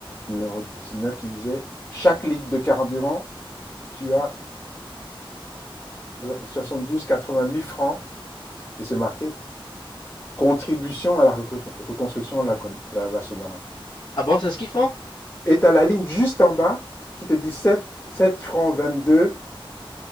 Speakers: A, on the left (about 25°); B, on the left (about 50°).
A: numéro 19 qui disait chaque litre de carburant tu as 72, quatre quatre-vingt-huit francs et c'est marqué contribution à la reconstruction de la, la, la Sonara.
B: Ah bon, c'est ce qu'ils font?
A: Et tu as la ligne juste en bas qui te dit 7 7 francs 22